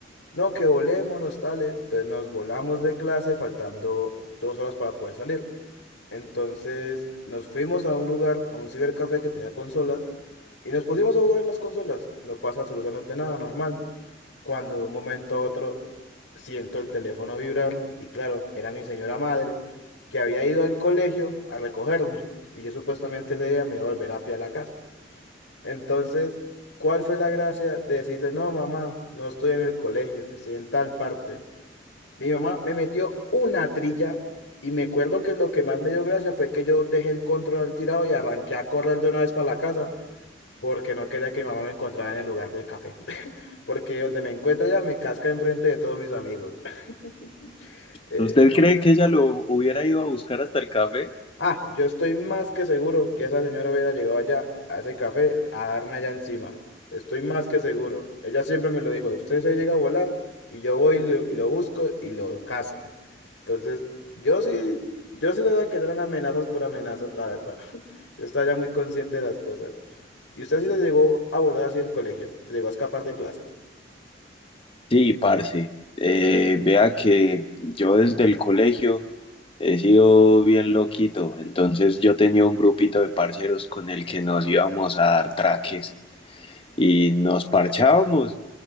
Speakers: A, on the left; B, on the left.
A: No, que volémonos tales. Entonces nos volamos de clase faltando dos horas para poder salir. Entonces nos fuimos a un lugar, a un cibercafé que tenía consolas y nos pusimos a jugar en las consolas. No pasa absolutamente nada, normal. Cuando de un momento a otro siento el teléfono vibrar y claro, era mi señora madre que había ido al colegio a recogerme y yo supuestamente ese día me iba a volver a pie a la casa. Entonces, ¿cuál fue la gracia de decirle, no, mamá, no estoy en el colegio, estoy en tal parte? Mi mamá me metió una trilla y me acuerdo que lo que más me dio gracia fue que yo dejé el control al tirado y arranqué a correr de una vez para la casa porque no quería que mi mamá me encontrara en el lugar del café. <laughs> Porque donde me encuentra ella me casca enfrente de todos mis amigos. <laughs> Eh,
B: ¿Usted cree que ella lo hubiera ido a buscar hasta el café?
A: Ah, yo estoy más que seguro que esa señora hubiera llegado allá a ese café a darme allá encima. Estoy más que seguro. Ella siempre me lo dijo, usted se llega a volar y yo voy y lo, y lo busco y lo casco. Entonces, yo sí, yo sí sabía que no eran amenazas por amenazas, la verdad. <laughs> Yo estaba ya muy consciente de las cosas. ¿Y usted sí se llegó a volar así del colegio? ¿Se llegó a escapar de clases?
B: Sí, parce. Eh, vea que yo desde el colegio he sido bien loquito, entonces yo tenía un grupito de parceros con el que nos íbamos a dar traques y nos parchábamos,